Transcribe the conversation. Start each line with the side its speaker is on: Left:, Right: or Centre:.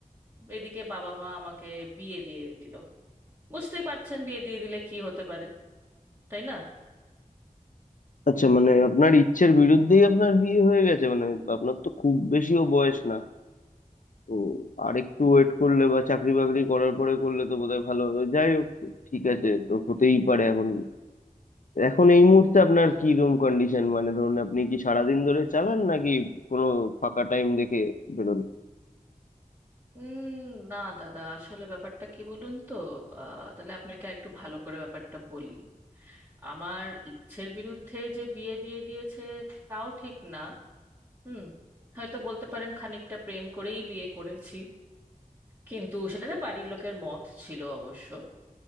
Right: এদিকে বাবা মা আমাকে বিয়ে দিয়ে দিল বুঝতেই পারছেন বিয়ে দিয়ে দিলে কি হতে পারে তাই না
Left: আচ্ছা মানে আপনার ইচ্ছের বিরুদ্ধেই আপনার বিয়ে হয়ে গেছে মানে আপনার তো খুব বেশিও বয়স না তো আর একটু ওয়েট করলে বা চাকরি বাকরি করার পরে করলে তো বোধহয় ভালো হতো যাই হোক ঠিক আছে তো হতেই পারে এখন এখন এই মুহূর্তে আপনার
Right: আহ,
Left: কি রুম কন্ডিশন মানে ধরুন আপনি কি সারাদিন ধরে চালান নাকি কোনো ফাঁকা টাইম দেখে বেরোন
Right: উম না দাদা আসলে ব্যাপারটা কি বলুন তো আহ, তাহলে আপনাকে একটু ভালো করে ব্যাপারটা বলি আমার ইচ্ছের বিরুদ্ধে যে বিয়ে দিয়ে দিয়েছে তাও ঠিক না হুম হয়তো বলতে পারেন খানিকটা প্রেম করেই বিয়ে করেছি কিন্তু সেটাতে বাড়ির লোকের মত ছিল অবশ্য